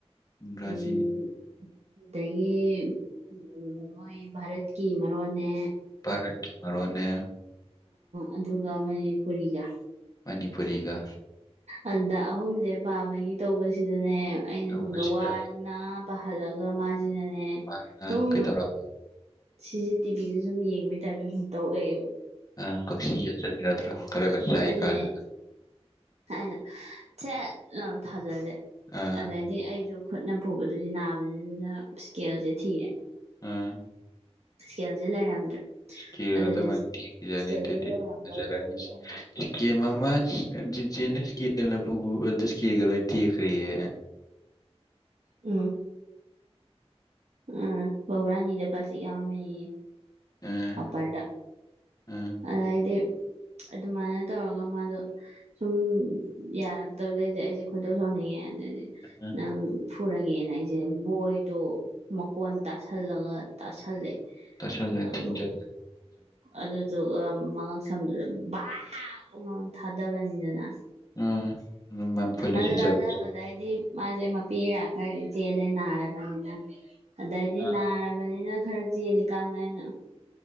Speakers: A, on the left (about 35°); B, on the right (about 85°).
A: ꯏꯪꯒ꯭ꯔꯥꯖꯤꯗꯒꯤ
B: ꯎꯃ ꯑꯗꯒꯤ ꯎꯝ ꯃꯣꯏ ꯚꯥꯔꯠꯀꯤ ꯃꯔꯣꯜꯅꯦ
A: ꯚꯔꯥꯠ ꯀꯤ ꯃꯔꯣꯜꯅꯦ
B: ꯑꯗꯨꯒ ꯃꯅꯤꯄꯨꯔꯤꯒ
A: ꯃꯅꯤꯄꯨꯔꯤꯒ
B: ꯑꯗꯨꯗ ꯑꯍꯨꯝꯁꯦ ꯄꯥꯕꯒꯤ ꯇꯧꯕꯁꯤꯗꯅꯦ ꯑꯩꯅ
A: ꯇꯧꯕꯁꯤꯗ
B: ꯁꯣꯝꯗ ꯋꯥꯅ ꯄꯥꯍꯜꯂꯒ ꯃꯥꯁꯤꯅꯅꯦ
A: ꯃꯥꯅ
B: ꯁꯨꯝ
A: ꯀꯩꯗꯧꯔꯕ
B: ꯁꯤ ꯁꯤ ꯇꯤ ꯚꯤꯗꯨ ꯁꯨꯝ ꯌꯦꯡꯕꯩ ꯇꯥꯏꯞꯇ ꯁꯨꯝ ꯇꯧꯔꯂꯩꯌꯦꯕꯥ
A: ꯑ ꯥ ꯀꯥꯛꯁꯤ ꯍꯛꯆꯟꯂꯨ ꯌꯗꯔꯣ ꯈꯔꯒꯥ ꯆꯥꯛꯏꯀꯟꯗꯨꯗꯥ
B: ꯑꯗꯨꯅꯦ ꯑꯩꯅ ꯁꯦꯠ ꯂꯥꯑꯣꯅ ꯊꯥꯖꯜꯂꯦ
A: ꯑꯥ
B: ꯑꯗꯩꯗꯤ ꯑꯩꯁꯨ ꯈꯨꯠꯅ ꯐꯨꯕꯗꯨꯗꯤ ꯅꯥꯕꯅꯤꯅ ꯏꯁꯀꯦꯜꯁꯦ ꯊꯤꯔꯦ
A: ꯑꯥ
B: ꯏꯁꯀꯦꯜꯁꯦ ꯂꯩꯔꯝꯗ꯭ꯔꯦ
A: ꯏꯁꯀꯦꯜꯒꯗꯣ
B: ꯑꯗꯨꯗꯤ
A: ꯃꯥꯏ ꯇꯦꯛꯈꯤꯖꯅꯤ
B: ꯏꯁꯀꯦꯜꯁꯦ
A: ꯑꯗꯩꯩꯗꯤ
B: ꯂꯩꯔꯝꯗꯕꯗꯩꯗꯤ
A: ꯐꯖꯔꯅꯤ
B: ꯑꯩꯅ
A: ꯏꯁꯀꯦꯝ ꯑꯃꯥ ꯆꯤꯆꯦꯅ ꯏꯁꯀꯦꯜꯅ ꯐꯨꯕꯗꯥ ꯏꯁꯀꯦꯜꯒꯥ ꯂꯣꯏꯅꯥ ꯇꯦꯛꯈꯔ꯭ꯦꯌꯦ
B: ꯎꯝ ꯎꯝ ꯕꯥꯍꯨꯔꯥꯅꯤꯗ ꯄꯂ꯭ꯥꯁꯇꯤꯛ ꯌꯥꯎꯔꯝꯃꯦꯌꯦ
A: ꯑꯥ
B: ꯄꯥꯄꯥꯔꯗ
A: ꯑꯥ
B: ꯑꯗꯩꯩꯗꯤ ꯑꯗꯨꯃꯥꯏꯅ ꯇꯧꯔꯒ ꯃꯥꯗꯣ ꯁꯨꯝ ꯌꯥꯔꯛꯇꯕꯗꯩꯗꯤ ꯑꯩꯁꯦ ꯈꯣꯏꯗꯧ ꯁꯥꯎꯟꯅꯤꯡꯉꯦ ꯑꯗꯨꯗꯤ
A: ꯑꯥ
B: ꯅꯪ ꯐꯨꯔꯒꯦꯅ ꯑꯩꯁꯦ ꯕꯣꯏꯗꯣ ꯀꯣꯟ ꯇꯥꯁꯜꯂꯒ ꯇꯥꯁꯜꯂꯦ
A: ꯇꯥꯁꯟꯂꯥ
B: ꯑꯗꯣ
A: ꯊꯤꯟꯖꯟ
B: ꯑꯗꯨꯗꯨꯒ ꯃꯉꯛ ꯁꯝꯗꯨꯗ ꯕꯥꯥꯛ ꯂꯥꯎꯅꯥ ꯊꯥꯗꯕꯅꯤꯗꯅ
A: ꯑꯥ ꯃꯥꯡꯐꯜꯂ
B: ꯑꯗꯨ
A: ꯁꯤꯖꯕꯁꯦ
B: ꯊꯗꯕꯗꯩꯗꯤ ꯃꯥꯁꯦ ꯃꯄꯤꯔꯥ ꯈꯔꯗꯤ ꯆꯦꯜꯂꯦ ꯅꯥꯔꯕꯅꯤꯅ ꯑꯗꯩꯗꯤ
A: ꯑꯥ
B: ꯅꯥꯔꯕꯅꯤꯅ ꯈꯔ ꯆꯦꯜꯂꯤꯀꯥꯟꯗ ꯑꯩꯅ